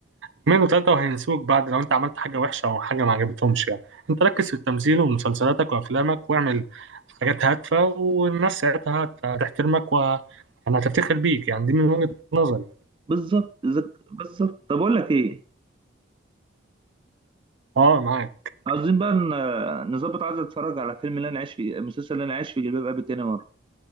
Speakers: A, on the right; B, on the right.
A: اتنين وتلاتة وهينسوك بعد لو انت عملت حاجة وحشة او حاجة ما عجبتهمش يعني انت ركز في التمثيل ومسلسلاتك وافلامك واعمل حاجات هادفة والناس ساعتها هت- هتحترمك و يعني هتفتخر بيك يعني دي من وجهة نظري
B: بالظبط زك- بالظبط طب اقول لك ايه
A: اه معاك
B: عاوزين بقى ن- نظبط عايز اتفرج على فيلم اللي انا عايش في المسلسل اللي انا عايش في جلباب ابي تاني مره